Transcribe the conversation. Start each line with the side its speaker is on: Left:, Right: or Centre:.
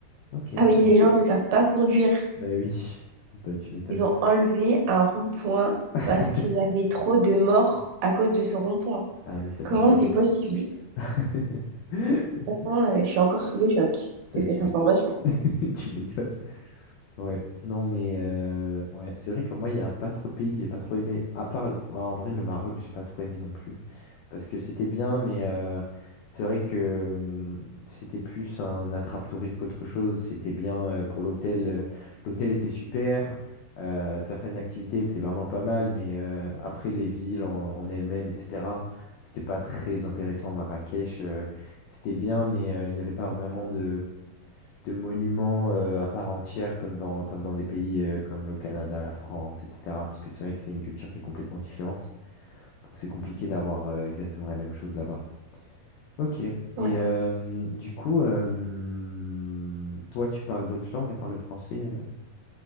Left: OK,
Right: Ah
Left: OK.
Right: oui, les gens ne savent pas conduire.
Left: Bah, oui, <laughs> bah, tu m'étonnes.
Right: Ils ont enlevé un rond-point
Left: <laughs>
Right: parce qu'il y avait trop de morts à cause de ce rond-point.
Left: Ah oui, ça
Right: Comment
Left: t'a choqué
Right: c'est
Left: ça.
Right: possible?
Left: <laughs>
Right: Vraiment, euh, je suis encore sous le choc
Left: Bah,
Right: de cette
Left: tu
Right: information.
Left: m'é <laughs> tu m'étonnes. Ouais, non mais, heu, ouais, c'est vrai que moi, il y a pas trop de pays que j'ai pas trop aimé, à part, ouais, en vrai, le Maroc, j'ai pas trop aimé non plus. parce que c'était bien, mais euh, c'est vrai que euh, c'était plus un attrape-touriste qu'autre chose. C'était bien euh, pour l'hôtel. euh, L'hôtel était super. euh, certaines activités étaient vraiment pas mal, mais euh, après les villes en, en elles-mêmes, etc., c'était pas très intéressant. Marrakech, euh, c'était bien, mais euh, il n'y avait pas vraiment de, de monuments euh, à part entière comme dans, comme dans des pays euh, comme le Canada, la France, etc. Parce que c'est vrai que c'est une culture qui est complètement différente. Donc c'est compliqué d'avoir euh, exactement la même chose là-bas. Ok. Et
Right: Oui.
Left: euh, du coup, euh, toi, tu parles d'autres langues à part le français? euh